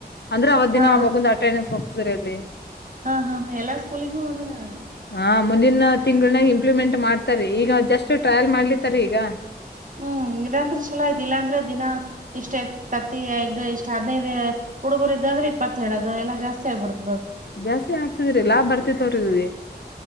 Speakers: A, on the left; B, on the right.
A: ಅಂದ್ರೆ ಅವತ್
B: ಹಾ
A: ದಿನ ಮಗುಂದ ಅಟೆಂಡೆನ್ಸ್ ಹೋಗ್ತ ಸರಿ ಅದೇ
B: ಹಾ ಹಾ ಹಾ ಎಲ್ಲಾ ಸ್ಕೂಲಿಗನೂ ಬಂದದ ಅದು
A: ಹಾ ಮುಂದಿನ ತಿಂಗಳನಾಗ ಇಂಪ್ಲಿಮೆಂಟ್ ಮಾಡ್ತಾರೆ ಈಗ ಜಸ್ಟ್ ಟ್ರಯಲ್ ಮಾಡ್ಲಿ ತ್ತರ ಈಗ
B: ಹ್ಮ್ ಇ ಅಂದ್ರೆ ಚಲೋ ಇದಿಲ್ಲಾ ಅಂದ್ರೆ ದಿನ ಇಷ್ಟೇ ತತ್ತಿ ಹೆಗ್ ಇಷ್ಟ್ ಹದ್ನೈದ ಹುಡುಗರು ಅಂದ್ರೆ ಇಪ್ಪತ್ತೇಳ ಎಲ್ಲ ಜಾಸ್ತಿ ಹಬ
A: ಜಾಸ್ತಿ ಹಾಕ್ತಿದ್ರಿ ಲಾಭ ಬರ್ತಿತ್ವ್ರಿದವಿ